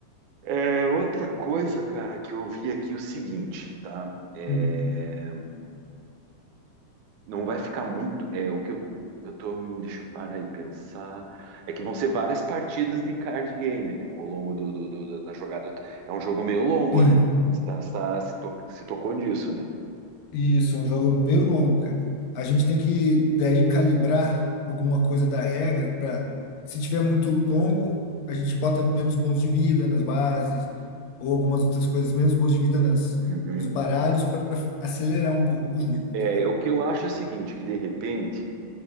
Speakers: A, on the right (about 75°); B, on the left (about 70°).
A: É, outra coisa, cara, que eu vi aqui é o seguinte, tá? É...
B: Hum,
A: Não vai ficar muito. É o que eu, eu tô. Deixa eu parar e pensar. É que vão ser várias partidas de card game, né? Ao longo do, do- do- da da jogada. É um jogo meio longo,
B: Sim.
A: né? Você tá- você tá- se, to- se tocou disso, né?
B: Isso, é um jogo meio longo, cara. A gente tem que daí calibrar alguma coisa da regra para, se tiver muito longo, a gente bota menos pontos de vida nas bases ou algumas outras coisas, menos pontos de vida nas,
A: Uhum.
B: nos baralhos para acelerar um pouco o jogo, entendeu?
A: É, o que eu acho é o seguinte, que de repente,